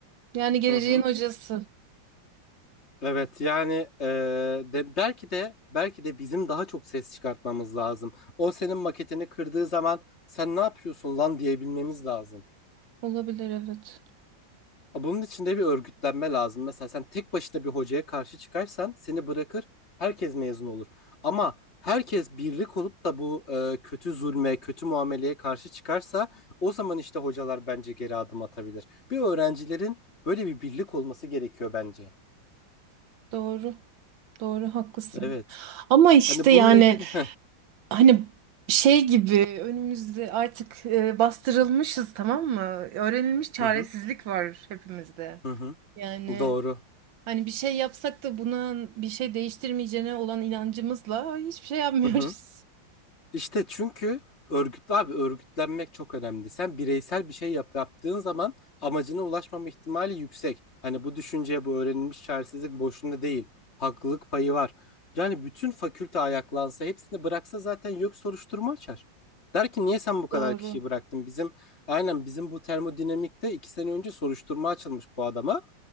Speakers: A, on the right; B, on the left.
A: Yani geleceğin
B: hı hı.
A: hocası.
B: Evet yani e, de, belki de belki de bizim daha çok ses çıkartmamız lazım. O senin maketini kırdığı zaman sen ne yapıyorsun lan diyebilmemiz lazım.
A: Olabilir evet.
B: Bunun için de bir örgütlenme lazım. Mesela sen tek başına bir hocaya karşı çıkarsan seni bırakır herkes mezun olur. Ama herkes birlik olup da bu e, kötü zulme, kötü muameleye karşı çıkarsa o zaman işte hocalar bence geri adım atabilir. Bir öğrencilerin böyle bir birlik olması gerekiyor bence.
A: Doğru. Doğru haklısın.
B: Evet.
A: Ama işte
B: Hani
A: yani
B: bununla ilgili... Heh.
A: Hani şey gibi önümüzde artık e, bastırılmışız tamam mı? Öğrenilmiş çaresizlik
B: Hı hı.
A: var hepimizde.
B: Hı hı.
A: Yani
B: Doğru.
A: hani bir şey yapsak da bunun bir şey değiştirmeyeceğine olan inancımızla hiçbir şey yapmıyoruz.
B: Hı hı. İşte çünkü örgütlü abi örgütlenmek çok önemli. Sen bireysel bir şey yap, yaptığın zaman amacına ulaşmama ihtimali yüksek. Hani bu düşünceye bu öğrenilmiş çaresizlik boşuna değil. Haklılık payı var. Yani bütün fakülte ayaklansa hepsini bıraksa zaten yok soruşturma açar. Der ki niye sen bu kadar
A: <laughs> Doğru.
B: kişiyi bıraktın? Bizim aynen bizim bu termodinamikte iki sene önce soruşturma açılmış bu adama.